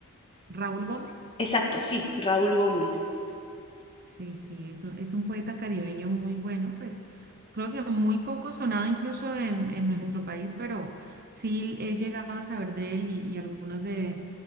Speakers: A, on the right (about 45°); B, on the left (about 25°).
A: ¿Raúl Gómez?
B: Exacto, sí, Raúl Gómez.
A: Sí, sí, es un, es un poeta caribeño muy bueno, pues creo que muy poco sonado incluso en, en nuestro país, pero sí he llegado a saber de él y, y algunos de,